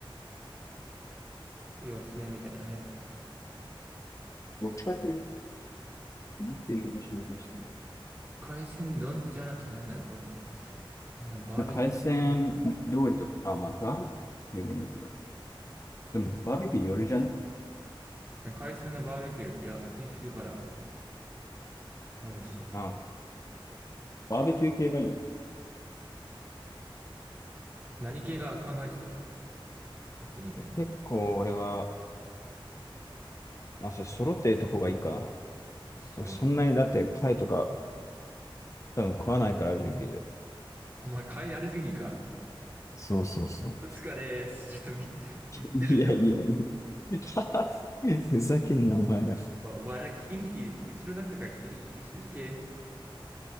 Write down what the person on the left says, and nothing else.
僕だけ言ってるこ紹介してない。
なんか海鮮料理とか、あまあ、バーベキューでもいいけど。でも、バーベキューよるじゃね
あ、バーベキュー系がいいの
結構俺は、まあ、それ揃ってるとこがいいかな。
俺そんなにだって貝とか多分食わないからアレルギーで。
そうそうそう。
いやいやいや。<laughs> ふざけんな、お前ら。い